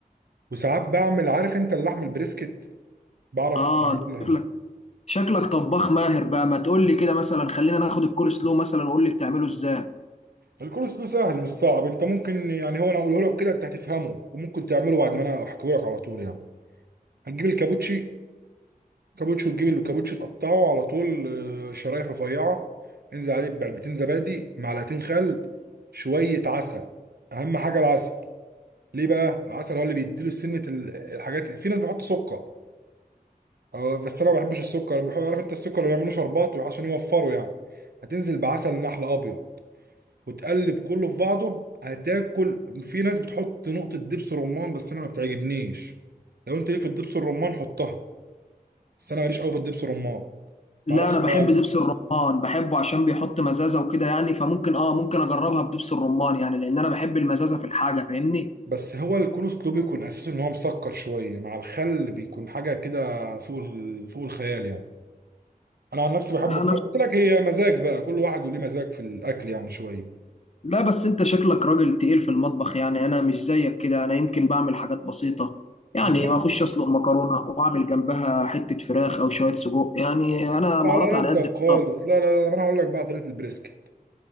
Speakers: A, on the right; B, on the left.
A: وساعات بعمل عارف انت اللحم البريسكت بعرف
B: اه
A: اعملها
B: انت شكلك شكلك طباخ ماهر بقى ما تقول لي كده مثلا خلينا ناخد الكول سلو مثلا وقول لي بتعمله ازاي
A: الكورس كله سهل مش صعب انت ممكن يعني هو انا اقوله لك كده انت هتفهمه وممكن تعمله بعد ما انا احكيه لك على طول يعني هتجيب الكابوتشي كابوتشي وتجيب الكابوتشي تقطعه على طول آه، شرايح رفيعه انزل عليه بعلبتين زبادي معلقتين خل شويه عسل اهم حاجه العسل ليه بقى العسل هو اللي بيديله سنه ال- الحاجات في ناس بيحط سكر آه، بس انا ما بحبش السكر بحب عارف انت السكر اللي ما يعملوش شربات عشان يوفروا يعني هتنزل بعسل نحل ابيض وتقلب كله في بعضه هتاكل في ناس بتحط نقطة دبس رمان بس انا ما بتعجبنيش لو انت ليك في الدبس الرمان حطها بس انا ماليش قوي في الدبس الرمان
B: لا
A: ما اعرفش
B: انا بحب
A: ما يعني
B: دبس الرمان بحبه عشان بيحط مزازه وكده يعني فممكن اه ممكن اجربها بدبس الرمان يعني لان انا بحب المزازه في الحاجه فاهمني
A: بس هو الكولسلو بيكون اساسه ان هو مسكر شوية مع الخل بيكون حاجة كده فوق ال... فوق الخيال يعني انا عن نفسي بحب
B: انا
A: قلت
B: بس...
A: لك هي مزاج بقى كل واحد وليه مزاج في الاكل يعني شوية
B: لا بس انت شكلك راجل تقيل في المطبخ يعني انا مش زيك كده انا يمكن بعمل حاجات بسيطه يعني
A: تمام
B: ما اخش اسلق مكرونه واعمل جنبها حته فراخ او شويه سجق يعني انا مهاراتي
A: على قدك
B: على قد
A: خالص
B: الطبخ
A: لا لا لا ما انا هقول لك بقى طريقة البريسكت